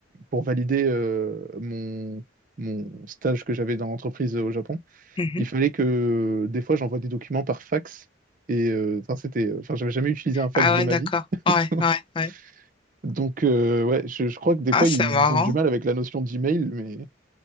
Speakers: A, on the right; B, on the left.
A: pour valider euh, mon mon stage que j'avais dans l'entreprise euh, au Japon
B: Mhm.
A: il fallait que des fois j'envoie des documents par fax. Et euh, enfin, c'était, euh, enfin, j'avais jamais utilisé un fax
B: Ah
A: de
B: ouais,
A: ma
B: d'accord.
A: vie. <laughs>
B: Ouais, ouais, ouais.
A: Donc, euh, ouais, je, je crois que des
B: Ah,
A: fois,
B: c'est
A: ils
B: marrant.
A: ont du mal avec la notion d'email, mais